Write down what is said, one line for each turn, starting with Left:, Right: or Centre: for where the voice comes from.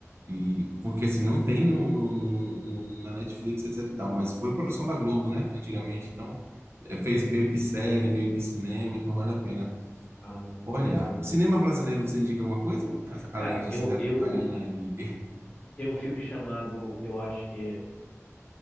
Right: E, porque assim, não tem no, no- no- no- na Netflix, etc e tal, mas foi produção da Globo, né, antigamente, então É, fez
Left: aham.
Right: meio que série, meio que cinema, então vale a pena
Left: Ah,
Right: olhar.
Left: sim, sim, entendi.
Right: Cinema brasileiro, você indica alguma coisa? A-
Left: Cara,
Right: Além de
Left: eu,
Right: Cinderela
Left: eu
Right: Baiana e
Left: tenho um filme chamado, eu acho que é